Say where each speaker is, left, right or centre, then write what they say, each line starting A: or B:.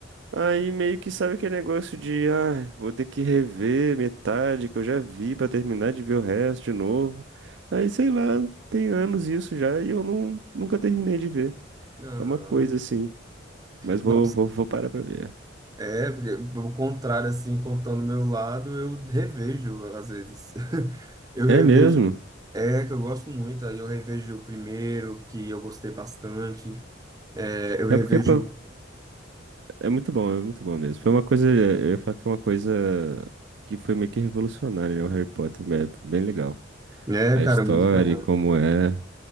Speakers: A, on the right (about 65°); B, on the right (about 20°).
A: Aí meio que sabe aquele negócio de, ah, vou ter que rever metade que eu já vi pra terminar de ver o resto de novo. Aí sei lá, tem anos isso já e eu não, nunca terminei de ver.
B: não
A: É uma coisa assim. Mas vou,
B: nossa,
A: vou, vou parar pra ver.
B: é, porque, pelo contrário, assim, contando o meu lado, eu revejo, às vezes. <laughs> Eu
A: É
B: revejo,
A: mesmo?
B: é, que eu gosto muito, aí eu revejo o primeiro, que eu gostei bastante, é, eu
A: É
B: revejo,
A: porque É muito bom, é muito bom mesmo. Foi uma coisa, eu ia falar que é uma coisa que foi meio que revolucionária, né? O Harry Potter, é bem legal.
B: é,
A: A
B: cara,
A: história,
B: muito legal.
A: e como é.